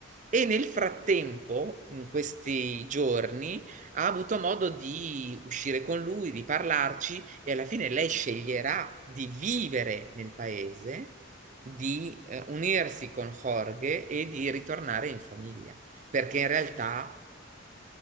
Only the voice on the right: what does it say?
e nel frattempo, in questi giorni, ha avuto modo di uscire con lui, di parlarci e alla fine lei sceglierà di vivere nel paese, di eh, unirsi
con Jorge e di ritornare in famiglia, perché
in realtà,